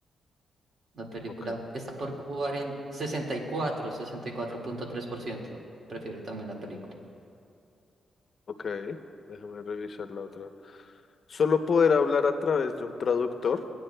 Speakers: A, on the right; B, on the left.
A: La película
B: Ok,
A: está por sesenta sesenta y y cuatro, sesenta y cuatro punto tres por ciento. Prefiere también la película.
B: ok, déjame revisar la otra. ¿Solo poder hablar a través de un traductor